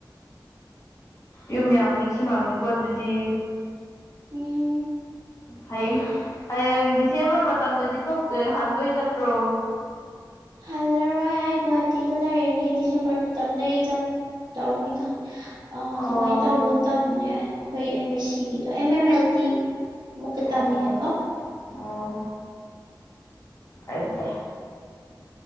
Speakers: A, on the left (about 40°); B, on the right (about 60°).
A: ꯌꯨꯝ ꯌꯥꯝ ꯅꯤꯡꯁꯤꯡꯉꯝ ꯅꯤꯀꯣ ꯑꯗꯨꯗꯤ
B: ꯎꯝ
A: ꯍꯌꯦꯡ ꯍꯌꯦꯡ ꯗꯤꯁꯦꯝꯕꯔ ꯃꯇꯝꯗꯗꯤ ꯊꯣꯛ ꯍꯟꯗꯣꯏ ꯅꯠꯇ꯭ꯔꯣ
B: ꯍꯜꯂꯔꯣꯏ ꯑꯩ ꯒꯨꯍꯥꯇꯤꯗ ꯂꯩꯔꯅꯤ ꯗꯤꯁꯦꯝꯕꯔ ꯃꯇꯝꯗꯩ ꯏꯆꯝ ꯇꯧꯕꯅꯤ ꯈꯪ ꯑ
A: ꯑꯣ
B: ꯑꯗꯨꯃꯥꯏꯅ ꯇꯧꯕꯒꯨꯝ ꯇꯕꯅꯦ ꯑꯩꯈꯣꯏ ꯑꯦꯝ ꯃꯦ ꯁꯤꯒꯤꯗꯣ ꯑꯦꯝ ꯑꯦꯝ ꯃꯦꯜ ꯇꯤ ꯃꯨꯛꯀ
A: ꯑꯣ
B: ꯇꯥꯝꯅꯤꯡꯉꯦꯀꯣ
A: ꯑꯣ ꯐꯩ ꯐꯩ